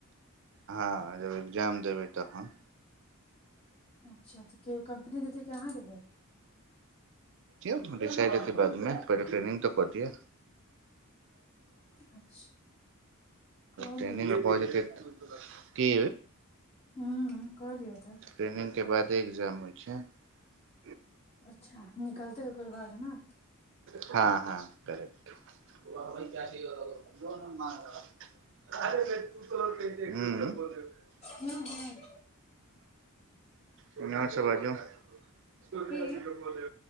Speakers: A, on the right; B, on the left.
A: हँ जब एग्जाम देबै तखन
B: अच्छा तऽ केओ कम्पनी देतै कि अहाँ देबै
A: बिचार हेतै बादमे पहिने ट्रेनिंग तऽ करऽ दिय
B: अच्छा कहलियै
A: ट्रेनिंग
B: तऽ
A: मे पहुज जेतै तऽ कि
B: हूँ कहलियै तऽ
A: ट्रेनिंग के बाद एग्जाम होयतै छै
B: अच्छा निकलतै ओकर बाद नै
A: हँ हँ करेक्ट लोन <inaudible> उंम्म <inaudible>
B: हँ हँ
A: ओ <inaudible> बै <inaudible> सुज
B: की
A: बो दे